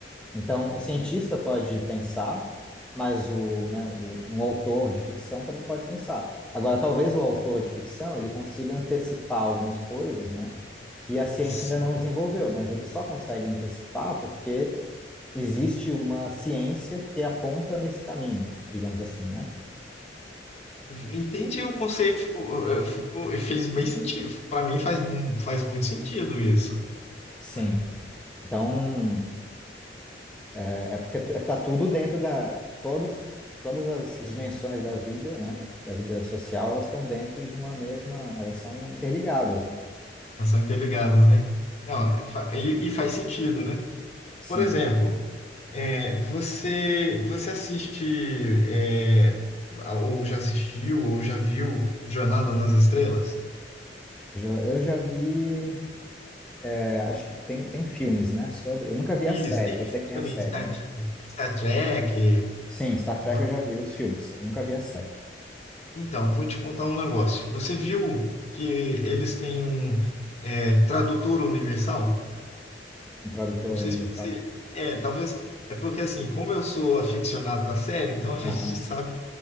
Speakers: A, in the centre; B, on the left (about 40°).
A: Então, o cientista pode pensar, mas o, né, o, um autor de ficção também pode pensar. Agora, talvez o autor de ficção ele consiga antecipar algumas coisas, né, que a ciência
B: Sim.
A: ainda não desenvolveu, mas ele só consegue antecipar porque existe uma ciência que aponta nesse caminho, digamos assim, né?
B: Entendi o conceito, ficou, eh, ficou, fez bem sentido. para mim faz, mu- faz muito sentido isso,
A: Sim.
B: né?
A: Então, É, é porque está tudo dentro da. Todos, todas as, as dimensões da vida, né? Da vida social, elas estão dentro de uma mesma. Elas são interligadas, né?
B: Elas são interligadas, né? Não, é fa- e, e faz sentido, né?
A: Sim.
B: Por exemplo, é, você você assiste é, ou já assistiu ou já viu Jornada nas Estrelas?
A: Já- Eu já vi. é, acho que tem, tem filmes, né? Sobre. Eu nunca vi
B: Isso,
A: a série,
B: tem filme
A: que eu sei que tem
B: também
A: a série,
B: Star,
A: né?
B: Tre- Star Trek.
A: Sim, Star Trek
B: Vo-
A: eu já vi os filmes. Eu nunca vi a série.
B: Então, vou te contar um negócio. Você viu que eles têm um é, tradutor universal?
A: O tradutor
B: Não sei
A: universal.
B: se você. É, talvez. É porque assim, como eu sou aficionado da série, então a gente
A: Aham.
B: <laughs> sabe.